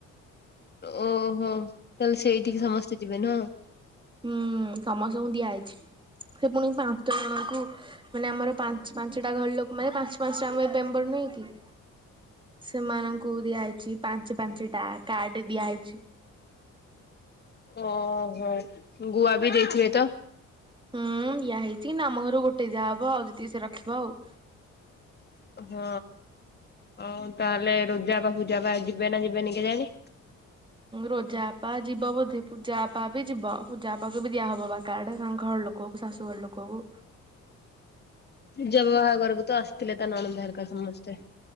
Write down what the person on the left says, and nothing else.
ଓହୋ ତାହେଲେ ସେଇଠିକି ସମସ୍ତେ ଯିବେନି ହଁ
ହ
ଓହୋ ଗୁଆ ବି ଦେଇଥିବେ ତ
ହଁ ଆଉ ତାହେଲେ ରୋଜା ବା ଫୂଜା ବା ଯିବେ ନା ଯିବେନି କେ ଯାନି
ଜବ ବାହାଘରକୁ ତ ଆସିଥିଲେ ତା ନଣନ୍ଦରକା ସମସ୍ତେ